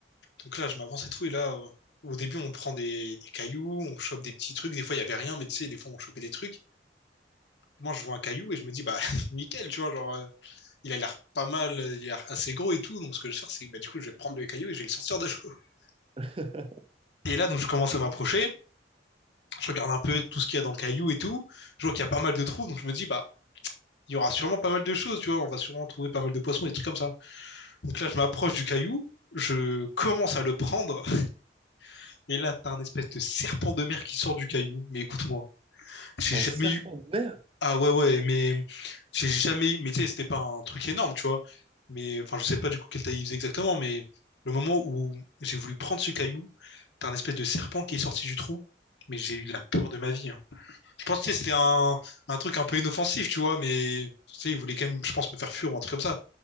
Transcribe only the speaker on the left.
Donc là, je m'avance et tout. Et là, euh, au début, on prend des, des cailloux, on chope des petits trucs. Des fois, il y avait rien, mais tu sais, des fois, on chopait des trucs. Moi, je vois un caillou et je me dis, bah, <laughs> nickel, tu vois, genre, euh, il a l'air pas mal, euh, il a l'air assez gros et tout. Donc, ce que je vais faire, c'est, bah, du coup, je vais prendre le caillou et je vais le sortir de l'eau. <laughs>
Et là, donc, je commence à m'approcher. Je regarde un peu tout ce qu'il y a dans le caillou et tout. Je vois qu'il y a pas mal de trous. Donc, je me dis, bah, il y aura sûrement pas mal de choses, tu vois. On va sûrement trouver pas mal de poissons, des trucs comme ça. Donc là, je m'approche du caillou. Je commence à le prendre. <laughs> Et là, t'as un espèce de serpent de mer qui sort du caillou. Mais écoute-moi. J'ai
jamais
eu.
Ah ouais, ouais, mais j'ai jamais eu. Mais tu sais, c'était pas un truc énorme, tu vois. Mais enfin, je sais pas du coup quelle taille il faisait exactement, mais le moment où j'ai voulu prendre ce caillou, t'as un espèce de serpent qui est sorti du trou, mais j'ai eu la peur de ma vie. hein. Je pense que tu sais, c'était un, un truc un peu inoffensif, tu vois, mais tu sais, il voulait quand même, je pense, me faire fuir ou un truc comme ça.